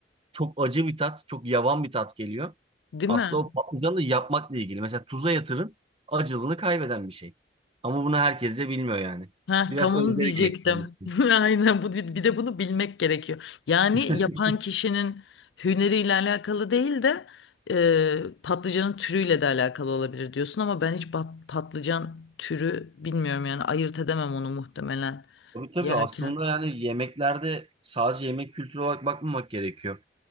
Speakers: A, on the right; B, on the left.
A: çok acı bir tat, çok yavan bir tat geliyor.
B: Değil
A: Aslında
B: mi?
A: o patlıcanı da yapmakla ilgili. Mesela tuza yatırın acılığını kaybeden bir şey. Ama bunu herkes de bilmiyor yani.
B: Ha,
A: Biraz
B: tam
A: özveri
B: onu diyecektim.
A: gerektiren bir şey.
B: <laughs> Aynen bu bir de bunu bilmek gerekiyor. Yani
A: <laughs>
B: yapan kişinin hüneriyle alakalı değil de e, patlıcanın türüyle de alakalı olabilir diyorsun ama ben hiç bat- patlıcan türü bilmiyorum yani ayırt edemem onu muhtemelen
A: Tabii tabii
B: yerken.
A: aslında yani yemeklerde sadece yemek kültürü olarak bakmamak gerekiyor.